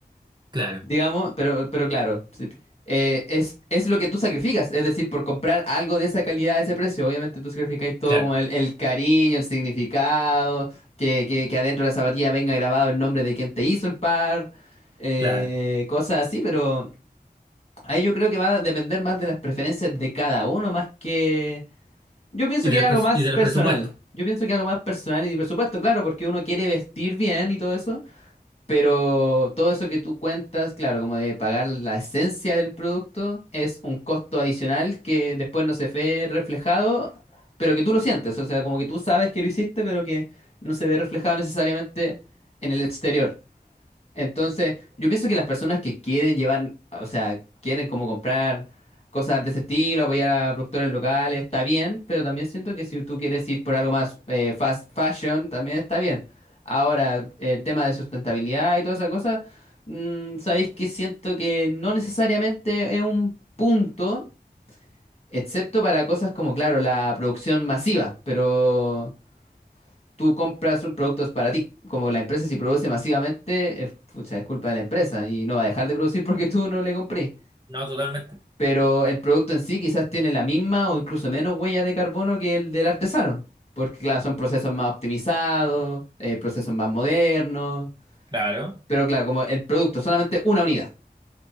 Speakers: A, on the right; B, on the left.
A: claro,
B: digamos. Pero, pero claro, sí, eh, es, es lo que tú sacrificas. Es decir, por comprar algo de esa calidad, a ese precio, obviamente tú sacrificáis todo
A: claro,
B: como el, el cariño, el significado, que, que, que adentro de la zapatilla venga grabado el nombre de quien te hizo el par, eh,
A: claro.
B: cosas así, pero... Ahí yo creo que va a depender más de las preferencias de cada uno, más que... Yo pienso
A: Y
B: que
A: de
B: es
A: los,
B: algo
A: pres-
B: más
A: y de
B: personal.
A: los presupuestos.
B: Yo pienso que es algo más personal y por supuesto, claro, porque uno quiere vestir bien y todo eso, pero todo eso que tú cuentas, claro, como de pagar la esencia del producto, es un costo adicional que después no se ve reflejado, pero que tú lo sientes, o sea, como que tú sabes que lo hiciste, pero que no se ve reflejado necesariamente en el exterior. Entonces, yo pienso que las personas que quieren llevar, o sea, quieren como comprar cosas de ese estilo, apoyar a productores locales, está bien, pero también siento que si tú quieres ir por algo más eh, fast fashion, también está bien. Ahora, el tema de sustentabilidad y toda esa cosa, mm, sabéis que siento que no necesariamente es un punto, excepto para cosas como, claro, la producción masiva, pero tú compras sus productos para ti. Como la empresa si produce masivamente, es, pucha, es culpa de la empresa y no va a dejar de producir <laughs> porque tú no le compré.
A: No, totalmente.
B: Pero el producto en sí quizás tiene la misma o incluso menos huella de carbono que el del artesano. Porque claro, son procesos más optimizados, eh, procesos más modernos.
A: Claro.
B: Pero claro, como el producto, solamente una unidad.